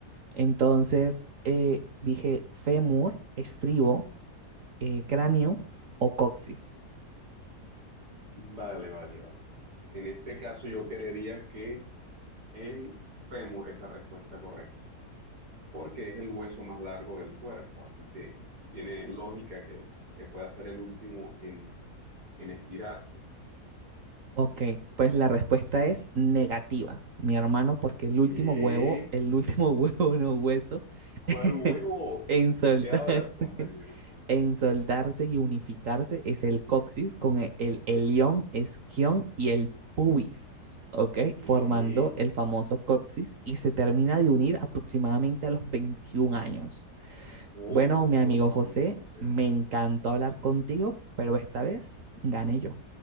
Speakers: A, on the right; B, on the right.
A: Entonces, eh, dije fémur, estribo, eh, cráneo o coxis.
B: vale, vale, vale. En este caso yo creería que el fémur es la respuesta correcta, porque es el hueso más largo del cuerpo, así que tiene lógica que, que pueda ser el último en, en estirarse.
A: Ok, pues la respuesta es negativa, mi hermano, porque el
B: ¿Qué?
A: último huevo, el último <laughs> huevo no hueso,
B: ¿Cuál
A: <laughs>
B: huevo?
A: en soldarse,
B: ¿De qué hablas, compañero?
A: <laughs> en soldarse y unificarse es el coxis con e- el ilion, isquion y el pubis, ¿ok?
B: ¿Qué?
A: Formando el famoso coxis y se termina de unir aproximadamente a los 21 años.
B: ¿Cómo
A: Bueno, mi
B: es posible
A: amigo José,
B: ese suceso?
A: me encantó hablar contigo, pero esta vez gané yo.